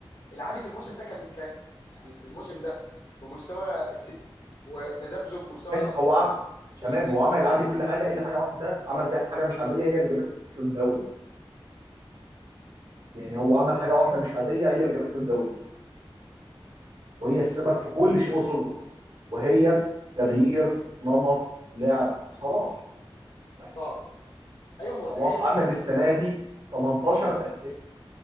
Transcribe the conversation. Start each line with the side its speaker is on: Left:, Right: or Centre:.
Left: العادي في الموسم ده كان كافي يعني في الموسم ده بمستوى السيتي وتذبذب مستوى
Right: ماشي
Left: الارسنال
Right: هو عمل
Left: وتشيلسي
Right: تمام هو عمل العادي كل حاجه الا حاجه واحده عمل فيها حاجه مش عاديه هي اللي جابت له الدوري يعني هو عمل حاجه واحده مش عاديه هي اللي جابت له الدوري وهي السبب في كل شيء وصل له وهي تغيير نمط لعب صلاح بس
Left: اه ايوه هو
Right: صلاح
Left: تغيير زيك
Right: عمل
Left: جدا
Right: السنه
Left: فعلا
Right: دي 18 اسيست